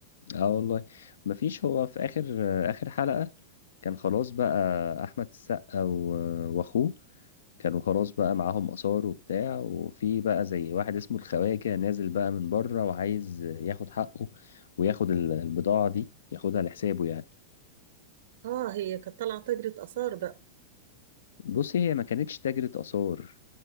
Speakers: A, on the left; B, on the right.
A: اه والله مفيش هو في آخر آخر حلقة كان خلاص بقى أحمد السقا و- وأخوه كانوا خلاص بقى معاهم آثار وبتاع وفي بقى زي واحد اسمه الخواجة كده نازل بقى من بره وعايز ياخد حقه وياخد ال- البضاعة دي ياخدها لحسابه يعني
B: اه هي كانت طالعه تاجرة اثار بقى
A: بصي هي ما كانتش تاجرة آثار